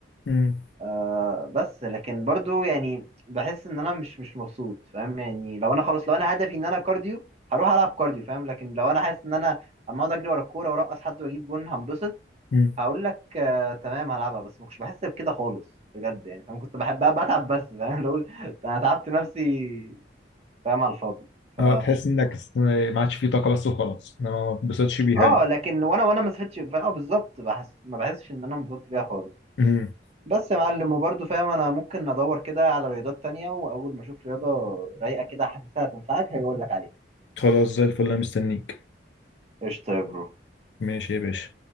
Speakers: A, on the left (about 70°); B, on the right (about 35°).
A: امم
B: آه بس لكن برضو يعني بحس ان انا مش مش مبسوط فاهم يعني لو انا خلاص لو انا هدفي ان انا كارديو هروح العب كارديو فاهم لكن لو انا حاسس ان انا اما اقعد اجري ورا الكوره وارقص حد واجيب جون هنبسط
A: امم
B: هقول لك آه تمام هلعبها بس ما كنتش بحس بكده خالص بجد يعني فاهم كنت بحب بتعب بس فاهم <laughs> لو انا تعبت نفسي فاهم على الفاضي ف
A: اه تحس انك اس- ما عادش فيه طاقه بس وخلاص انا ما ما اتبسطتش بيها
B: اه
A: يعني.
B: لكن وانا وانا ما صحيتش اه بالظبط بحس ما بحسش ان انا انبسطت بيها خالص
A: امم
B: بس يا معلم وبرضه فاهم انا ممكن ادور كده على رياضات تانية واول ما اشوف رياضة رايقة كده حاسسها هتنفعك هاجي اقول لك عليها
A: خلاص زي الفل انا مستنيك
B: قشطة يا برو
A: ماشي يا باشا